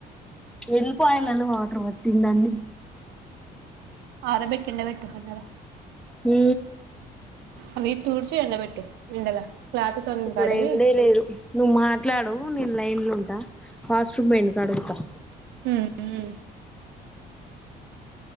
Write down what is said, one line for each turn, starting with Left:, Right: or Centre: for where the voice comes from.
Centre: ఎళ్ళిపాయలని వాటర్ పట్టిందన్ని
Right: అడ బెట్ కిందె బెట్ ఎపటిదాట
Centre: ఊ
Right: అవి తూర్చి ఎండ బెట్టు ఎండల క్లాత్ తోని
Centre: ఇక్కడ
Right: కడిగి
Centre: ఏండే లేదు నువ్వు మాట్లాడు నేను లైన్లుంట వాష్రూమ్ బోయింది కడుగుతా
Right: మ్మ్ మ్మ్